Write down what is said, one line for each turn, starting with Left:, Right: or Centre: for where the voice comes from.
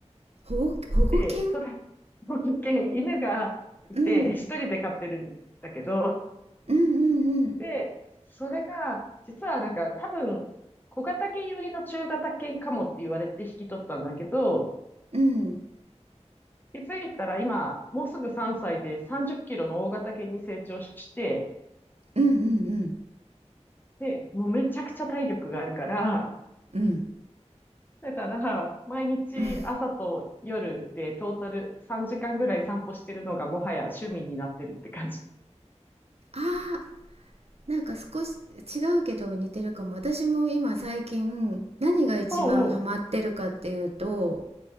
Right: 保護、保護犬
Left: で、それ、保護犬、犬がいて、
Right: うん。
Left: 一人で飼ってるんだけど、
Right: うんうんうん。
Left: で、それが、実はなんか、多分、小型犬寄りの中型犬かもって言われて引き取ったんだけど、
Right: うん。
Left: 気づいたら今、もうすぐ3歳で30キロの大型犬に成長して、
Right: うんうん
Left: で、もうめちゃくちゃ体力があるから、
Right: うん。
Left: だから、毎日朝と夜でトータル3時間ぐらい散歩してるのがもはや趣味になってるって感じ。
Right: うん。ああ、なんか少し違うけど似てるかも。私も今最近何が一番ハマってるかっていうと、
Left: おうおう。